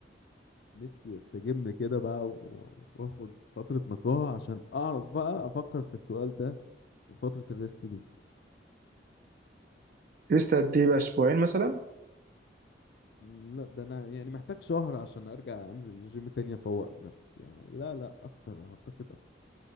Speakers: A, on the left; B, on the right.
A: نفسي استجم كده بقى و- واخد فترة نقاهة عشان اعرف بقى افكر في السؤال ده في فترة الريست دي
B: لسه قد ايه بقى اسبوعين مثلا
A: لا ده انا يعني محتاج شهر عشان ارجع انزل الجيم تاني افوق نفسي يعني لا لا اكتر اعتقد اكتر